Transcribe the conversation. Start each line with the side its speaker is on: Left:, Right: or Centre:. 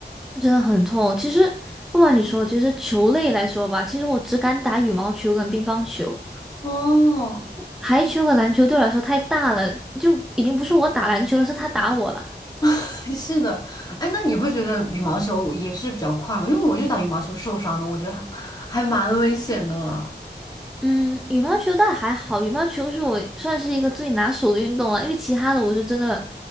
Centre: 真的很痛。其实不瞒你说，其实球类来说吧，其实我只敢打羽毛球跟乒乓球，
Left: 哦，
Centre: 排球和篮球对我来说太大了，就已经不是我打篮球了，是他打我了。
Left: <laughs> 是的，哎，那你会觉得羽毛球也是比较快吗？因为我就打羽毛球受伤的，我觉得还还蛮危险的。
Centre: 嗯，羽毛球倒还好，羽毛球是我算是一个最拿手的运动了，因为其他的我是真的